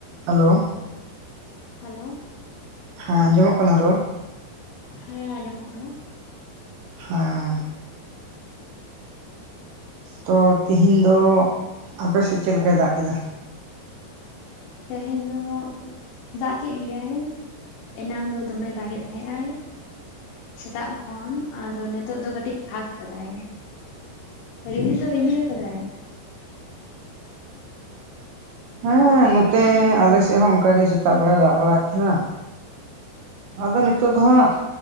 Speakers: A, on the right; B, on the left.
A: Hello
B: hello
A: ᱦᱮᱸ ᱟᱸᱡᱚᱢᱚᱜ ᱠᱟᱱᱟ ᱨᱚᱲ
B: ᱦᱮᱸ ᱟᱸᱡᱚᱢᱚᱜ ᱠᱟᱱᱟ
A: ᱦᱮᱸ ᱛᱚ ᱛᱤᱦᱤᱧ ᱫᱚ ᱟᱯᱮ ᱥᱮᱫ ᱪᱮᱫ ᱞᱮᱠᱟᱭ ᱫᱟᱜ ᱠᱮᱫᱟ
B: ᱛᱮᱦᱮᱧ ᱫᱚ ᱫᱟᱜ ᱠᱮᱫ ᱜᱮᱭᱟᱭ ᱮᱱᱟᱝ ᱫᱚ ᱫᱚᱢᱮ ᱫᱟᱜᱮᱜ ᱛᱟᱦᱮᱸᱜ-ᱟᱭ᱾ ᱥᱮᱛᱟᱜ ᱠᱷᱚᱱ ᱟᱫᱚ ᱱᱤᱛᱚᱜ ᱫᱚ ᱠᱟᱹᱴᱤᱡ ᱯᱷᱟᱠ ᱠᱟᱫᱟᱭ᱾ ᱨᱤᱢᱤᱞ ᱫᱚ ᱨᱤᱢᱤᱞ ᱠᱟᱫᱟᱭ
A: ᱦᱚᱸ ᱦᱮ ᱦᱮᱸ ᱱᱚᱛᱮ ᱟᱞᱮ ᱥᱮᱫ ᱦᱚᱸ ᱚᱱᱠᱟᱜ ᱜᱮ ᱥᱮᱛᱟᱜ ᱵᱮᱲᱟ ᱫᱟᱜ ᱵᱟᱲᱟᱭᱮᱫ ᱛᱟᱦᱮᱸᱱᱟ ᱟᱫᱚ ᱱᱤᱛᱳᱜ ᱫᱚ ᱦᱟᱸᱜ